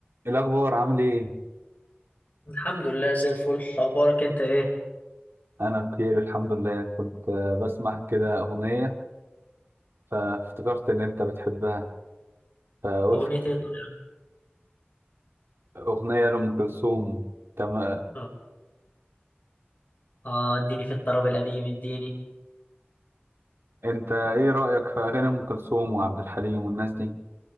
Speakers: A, on the right; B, on the left.
A: إيه الأخبار عامل إيه؟
B: الحمد لله زي الفل اخبارك انت ايه
A: أنا بخير الحمد لله كنت آه، بسمع كده أغنية فافتكرت إن أنت بتحبها فقلت
B: اغنيتي ايه طالعه
A: أغنية لأم كلثوم تمام
B: اه آه، اديني في الطرب القديم اديني
A: أنت إيه رأيك في أغاني أم كلثوم وعبد الحليم والناس دي؟